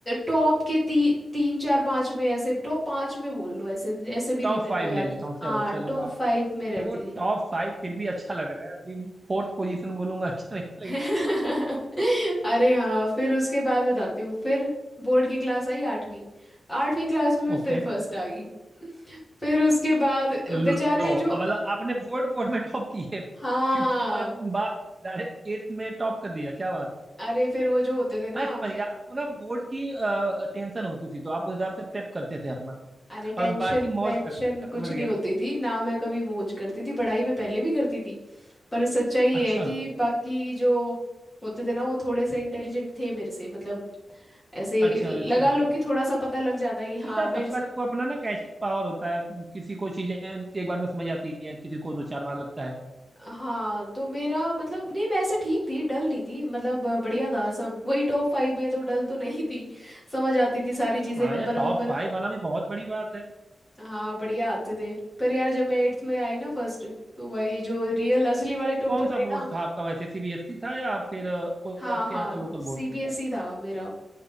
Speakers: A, on the left; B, on the right.
A: टॉप के ती, तीन चार पाँच में ऐसे टॉप पाँच में बोल लो ऐसे ऐसे भी
B: टॉप
A: नहीं मेरे
B: फाइव
A: को याद
B: ले लेता हूँ
A: हाँ
B: चलो चलो
A: टॉप
B: आप
A: फाइव में रहती
B: देखो टॉप फाइव फिर भी अच्छा लग रहा है अभी फोर्थ पोजीशन बोलूंगा अच्छा नहीं लगेगा
A: <laughs> अरे हाँ फिर उसके बाद बताती हूँ फिर बोर्ड की क्लास आई आठवीं आठवीं क्लास में मैं
B: ओके
A: फिर फर्स्ट आ गई फिर उसके बाद
B: लो
A: बेचारे
B: अब
A: जो
B: मतलब आपने बोर्ड बोर्ड में टॉप की है
A: हाँ
B: फिफ्थ के बाद बाद डायरेक्ट एट्थ में टॉप कर दिया क्या बात है।
A: अरे फिर वो जो होते थे
B: मैं
A: ना
B: समझ गया आपको ना बोर्ड की टेंशन होती थी तो आप उस हिसाब से प्रेप करते थे अपना
A: अरे टेंशन
B: और बाकी मौज
A: वेंशन
B: करते थे मैं
A: कुछ
B: समझ
A: नहीं
B: गया
A: होती थी ना मैं कभी मौज करती थी पढ़ाई में पहले भी करती थी पर सच्चाई ये
B: अच्छा
A: है कि बाकी जो होते थे ना वो थोड़े से इंटेलिजेंट थे मेरे से मतलब ऐसे
B: अच्छा अच्छा
A: लगा लो कि थोड़ा सा पता लग जाता है कि
B: होता
A: हाँ
B: है
A: मेरे
B: सबका देखो अपना ना कैचिंग पावर होता है किसी को चीजें एक बार में समझ आती है किसी को दो चार बार लगता है
A: हाँ तो मेरा मतलब नहीं मैं ऐसे ठीक थी डल नहीं थी मतलब अ, बढ़िया था सब वही टॉप फाइव में तो डल तो नहीं थी समझ आती थी सारी चीज़ें
B: हाँ
A: नंबर
B: यार टॉप
A: वंबर
B: फाइव आना भी बहुत बड़ी बात है
A: हाँ बढ़िया आते थे पर यार जब मैं एट्थ में आई ना फर्स्ट तो भाई जो रियल असली वाले टॉपर
B: कौन सा
A: थे
B: बोर्ड
A: ना
B: था आपका वैसे सीबीएसई था या फिर अ, कोई
A: हाँ
B: आपके
A: हाँ
B: यहाँ का लोकल
A: सीबीएसई
B: बोर्ड
A: था मेरा